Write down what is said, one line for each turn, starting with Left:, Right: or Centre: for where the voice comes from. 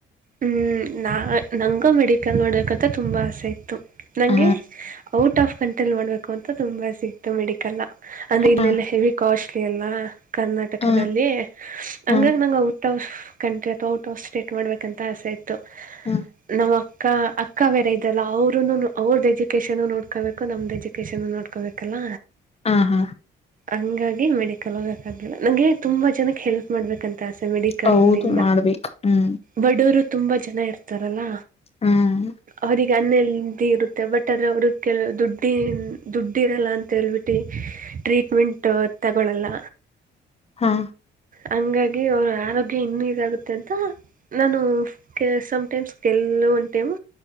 Right: ಹ್ಮ್ ನಾ ನಂಗೂ ಮೆಡಿಕಲ್ ನೋಡಕಂತ ತುಂಬಾ ಆಸೆ ಇತ್ತು ನಂಗೆ
Left: ಹ
Right: ಔಟ್ ಆಫ್ ಕಂಟ್ರೋಲ್ ಮಾಡ್ಬೇಕು ಅಂತ ತುಂಬಾ ಸಿಕ್ತು ಮೆಡಿಕಲ್ ಅಂದ್ರೆ ಇಲ್ಲೆಲ್ಲ
Left: ಹ
Right: ಹೆವಿ ಕಾಸ್ಟ್ಲಿ ಅಲ್ಲ ಕರ್ನಾಟಕದಲ್ಲಿ
Left: ಹ ಹ
Right: ಹಂಗಂಗ ನಂಗ ಔಟ್ ಆಫ್ ಕಂಟ್ರಿ ಅಥವಾ ಔಟ್ ಆಫ್ ಸ್ಟೇಟ್ ಮಾಡ್ಬೇಕಂತ ಆಸೆ ಇತ್ತು
Left: ಹ
Right: ನಮ್ಮ ಅಕ್ಕ ಅಕ್ಕ ಬೇರೆ ಇದಲ್ಲ ಅವರುೂ ಅವ್ರ್ದು ಎಜುಕೇಷನ್ನು ನೋಡ್ಕೋಬೇಕು ನಮ್ಮ್ದು ಎಜುಕೇಷನ್ನು ನೋಡ್ಕೋಬೇಕಲ್ಲ
Left: ಹ ಹಾ
Right: ಹಂಗಾಗಿ ಮೆಡಿಕಲ್ ಹೋಗಕ್ಕಾಗಲಿಲ್ಲ ನಂಗೆ ತುಂಬ ಜನಕ್ಕೆ ಹೆಲ್ಪ್ ಮಾಡಬೇಕಂತ ಆಸೆ ಮೆಡಿಕಲ್ಲಿಂದ
Left: ಹೌದು ಮಾಡ್ಬೇಕು ಹ್ಮ್
Right: ಬಡೂರು ತುಂಬಾ ಜನ ಇರ್ತಾರಲ್ಲ
Left: ಹ್ಮ್
Right: ಅವಿಗೆ ಅನ್ನೆದ ಇರುತ್ತೆ ಬಟ್ ಆದರೆ ಅವ್ರ ಕೆಲವು ದುಡ್ಡಿ ದುಡ್ಡಿ ಇರಲ್ಲ ಅಂತೇಳ್ಬಿಟ್ಟು ಟ್ರೀಟ್ಮೆಂಟ್ ತಗಳಲ್ಲ
Left: ಹಾ
Right: ಹಂಗಾಗಿ ಅವ್ರ ಆರೋಗ್ಯ ಇನ್ನುೂ ಇದಾಗುತ್ತೆ ಅಂತ ನಾನು ಸಮಟೈಮ್ಸ್ ಗೆಲ್ಲುವ ಒಂದು ಟೈಮ್